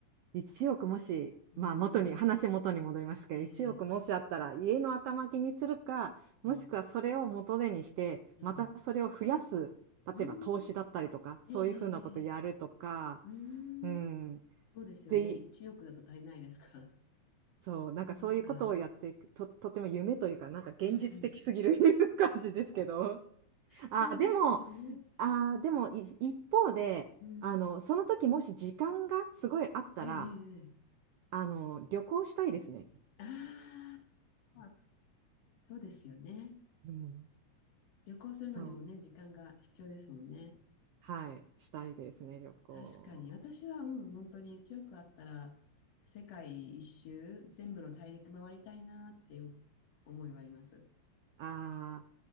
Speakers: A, on the right; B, on the left.
A: 1億もし、
B: うん。
A: まあ、元に、話元に戻りますけど、
B: ええ
A: 1億もしあったら、家の頭金にするか、もしくはそれを元手にして、
B: うん。うん。
A: またそれを増やす、例えば投資だったりとか、
B: うん。ええええええ
A: そういうふうなことやるとか、
B: うん。
A: うん。
B: そうですよね。
A: で
B: 1億だと足りないですか。
A: そう、
B: <laughs>
A: なんかそういうことをやって、
B: そっか。
A: と、とても夢というか、なんか現実的すぎる
B: うんうん。
A: <laughs> 感じですけど。
B: そうですよね。
A: あ、でも、あ、でもい一方で、
B: うん。
A: あの、その時もし時間がすごいあったら、
B: ええええええ
A: あの、旅行したいですね。
B: ああ。そうですよね。
A: うん、
B: 旅行するのにもね、
A: そう。
B: 時間が必要ですもんね。
A: はい、したいですね、旅行。
B: 確かに。私は、うん、本当に1億あったら、世界一周、全部の大陸回りたいなっていう思いはあります。
A: ああ